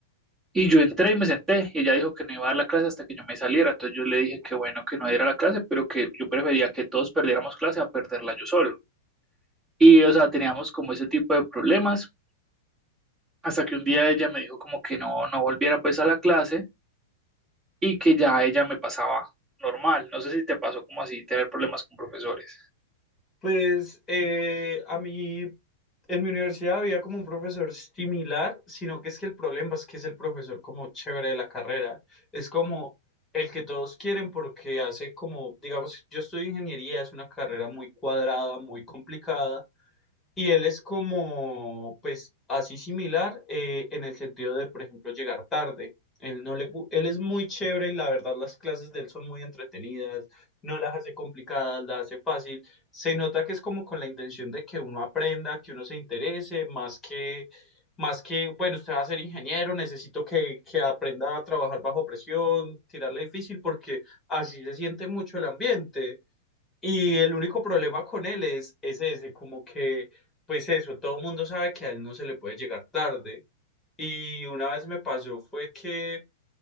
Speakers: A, on the right; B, on the left.
A: y yo entré y me senté, y ella dijo que no iba a dar la clase hasta que yo me saliera. Entonces yo le dije que bueno que no diera la clase, pero que yo prefería que todos perdiéramos clase a perderla yo solo. Y o sea, teníamos como ese tipo de problemas, hasta que un día
B: Ah.
A: ella me dijo como que no, no volviera pues a la clase y que ya ella me pasaba normal. No sé si te pasó como así, tener problemas con profesores.
B: Pues eh, a mí en mi universidad había como un profesor similar, sino que es que el problema es que es el profesor como chévere de la carrera. Es como el que todos quieren porque hace como, digamos, yo estudio ingeniería, es una carrera muy cuadrada, muy complicada Y él es como, pues, así similar eh, en el sentido de, por ejemplo, llegar tarde. Él no le, gu- él es muy chévere y la verdad las clases de él son muy entretenidas, no las hace complicadas, las hace fácil. Se nota que es como con la intención de que uno aprenda, que uno se interese, más que, más que, bueno, usted va a ser ingeniero, necesito que, que aprenda a trabajar bajo presión, tirarle difícil, porque así se siente mucho el ambiente. Y el único problema con él es, es ese, como que, pues eso, todo el mundo sabe que a él no se le puede llegar tarde. Y una vez me pasó fue que